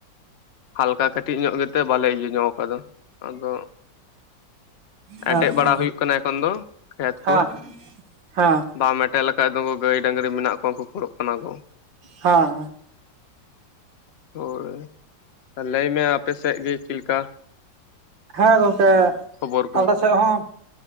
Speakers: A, on the left; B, on the right.
A: ᱦᱟᱞᱠᱟ ᱠᱟᱹᱴᱤᱡ ᱧᱚᱜ ᱜᱮᱛᱮ ᱵᱟᱞᱮ ᱤᱭᱟᱹ ᱧᱚᱜ ᱠᱟᱫᱟ ᱟᱫᱚ
B: ᱦᱮᱸᱛᱚ
A: ᱮᱴᱮᱫ ᱵᱟᱲᱟ ᱦᱩᱭᱩᱜ ᱠᱟᱱᱟ ᱮᱠᱷᱚᱱ ᱫᱚ ᱠᱷᱮᱛ ᱠᱚ᱾
B: ᱦᱮᱸ ᱦᱮᱸ
A: ᱵᱟᱢ ᱮᱴᱮᱫ ᱞᱮᱠᱷᱟᱡ ᱫᱚ ᱜᱟᱹᱭ ᱰᱟᱝᱨᱤ ᱢᱮᱱᱟᱜ ᱠᱚᱣᱟ ᱩᱱᱠᱩ ᱠᱷᱚᱲᱚᱜ ᱠᱟᱱᱟ ᱠᱚ᱾
B: ᱦᱟᱸ ᱦᱟᱸ
A: ᱦᱳᱭ ᱞᱟᱹᱭ ᱢᱮ ᱟᱯᱮ ᱥᱮᱫ ᱜᱮ ᱪᱮᱫ ᱞᱮᱠᱟ?
B: ᱦᱮᱸ ᱜᱚᱝᱠᱮ
A: ᱠᱷᱚᱵᱚᱨ ᱠᱚ
B: ᱟᱞᱮ ᱥᱮᱫ ᱦᱚᱸ